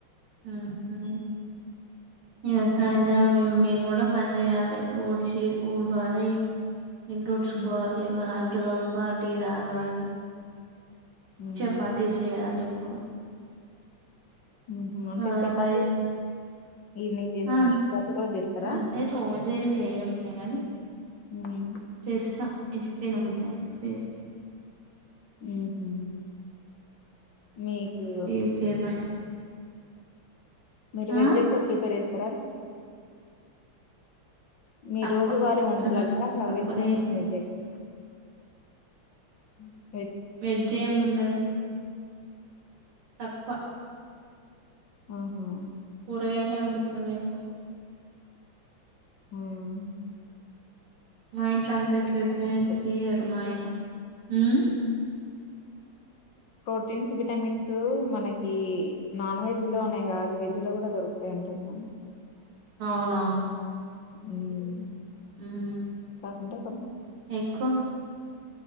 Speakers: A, on the right; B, on the left.
A: ఉమ్ హు ఇంగ సాయంత్రం మేము కూడా పని చేయాలి ఊడ్చి ఊడ్వాలి ఇండ్లు ఊడుచుకోవాలి
B: ఉమ్
A: ట్లుతోముకొని టీ తాగాలి
B: ఉమ్
A: చపాతీ చేయాలిప్పుడు
B: ఉమ్ హు అంటే
A: ఆ
B: చపాతి
A: రైస్
B: ఈవినింగ్ చేసుకుంట
A: ఆ
B: ప్రతి రోజు చేస్తారా
A: అంటే రోజు ఏం చెయ్యంలే గాని
B: ఉమ్
A: చేస్తా ఎస్ తినబుద్ధి అయినప్పుడు చేస్తా
B: ఉమ్ హు మీకూ
A: ఏ చేపల
B: మీరు
A: ఆ
B: వెజ్ ఎక్కువ ప్రిపేర్ చేస్ ర మీ
A: తక్కువ
B: రోజు వారీ వంటలలా
A: ఉహు తక్కువనే
B: వెజ్జా
A: చేత్తం
B: నాన్ వెజ్ ఎక్కువ ఉమ్
A: వెజ్ ఏముండదు తక్కువ
B: ఉహూ
A: కూరగాయలే వండుతాం ఎక్కువ
B: ఉమ్
A: మా ఇంట్లో అంతా ప్రిపరెన్స్
B: ఉంటాయి
A: ఇయ్యరు మా ఆయన ఉమ్
B: ప్రోటీన్స్ విటమిన్స్ మనకి నాన్ వెజ్ లోనే కాదు వెజ్ లో కూడా దొరుకుతాయి అంటున్న
A: అవునవును
B: ఉమ్
A: ఉమ్
B: కాకుండా
A: ఎక్కువ